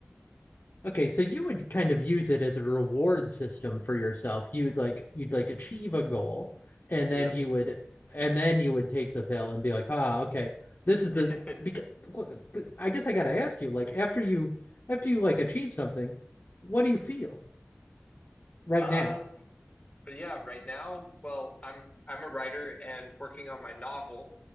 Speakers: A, on the left; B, on the left.
A: Okay, so you would kind of use it as a reward system for yourself. You'd like you'd like achieve a goal and
B: Yep.
A: then you would and then you would take the pill and be like, "Ah, okay. This is the
B: <laughs>
A: because I guess I got to ask you like after you after you like achieve something, what do you feel right
B: Uh,
A: now?
B: But yeah, right now, well, I'm I'm a writer and working on my novel.